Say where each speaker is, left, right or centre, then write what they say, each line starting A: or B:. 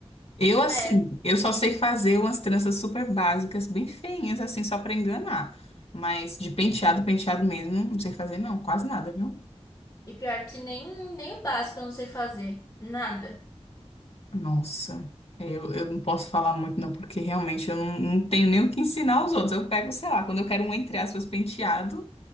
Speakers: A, on the left (about 60°); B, on the left (about 25°).
A: Eu, assim,
B: É,
A: eu só sei fazer umas tranças super básicas, bem feinhas, assim, só pra enganar. Mas de penteado, penteado mesmo, não sei fazer, não, quase nada, viu?
B: e pior que nem, nem o básico eu não sei fazer. Nada.
A: Nossa, É, eu, eu não posso falar muito, não, porque realmente eu não, não tenho nem o que ensinar aos outros. Eu pego, sei lá, quando eu quero um, entre aspas, penteado,